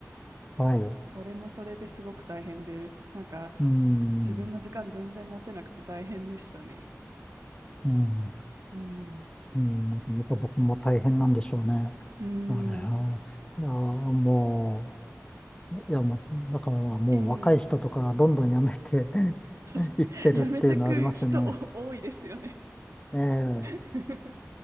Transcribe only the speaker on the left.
い、はい、
うん、
うん。
うん、やっぱ僕も大変なんでしょうね。
あれ、あーいやー、もう、いや、もう、だからもう若い人とかどんどん辞めて
<laughs> いってるっていうのはありますよね。
ええ、